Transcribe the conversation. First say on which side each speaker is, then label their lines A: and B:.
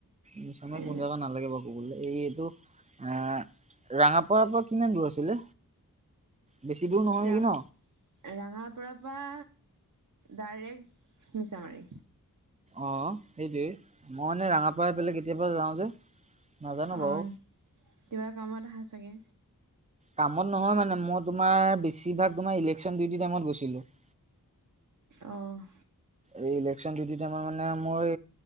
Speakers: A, on the right (about 20°); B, on the right (about 55°).
A: নিছয়
B: এ
A: কোন জাগগা নালাগে বাৰু ক'বলে এইটো আহ ৰঙাপাৰাৰ পৰা কিমান দূৰ আছিলে বেছি দূৰ নহয়
B: ৰাং
A: নেকি ন
B: ৰাঙাৰ পৰা পৰা ডাইৰেক্ট মিছামাৰী
A: অঁ সেইটোৱে মইানে ৰঙাপাৰ পাই কেতিয়াবা যাওঁ যে নাজানো
B: অঁ
A: বও
B: কিবা কামত চাগে
A: কামত নহয় মানে মই তোমাৰ বেছিভাগ তুমাৰ ইলেকচন দিউটিত গৈছিলো। <inaudible>
B: অঁ।
A: এই ইলেকশ্যন ডিউটি টাইমত মানে মোৰ